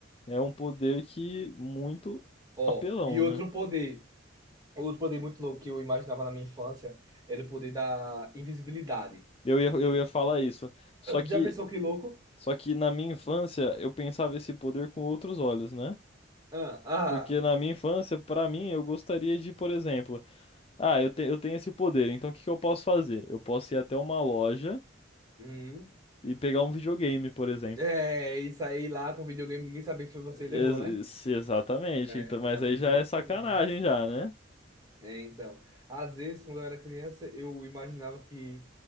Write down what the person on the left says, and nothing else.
é um poder que muito
apelão,
né?
Eu ia, eu ia falar isso. Só que,
só que na minha infância eu pensava esse poder com outros olhos, né?
Porque na minha infância, pra mim, eu gostaria de, por exemplo, Ah, eu, te, eu tenho esse poder, então o que que eu posso fazer? Eu posso ir até uma loja
e pegar um videogame, por exemplo.
Ex-
se- exatamente,
então, mas
aí
já é
sacanagem
já, né?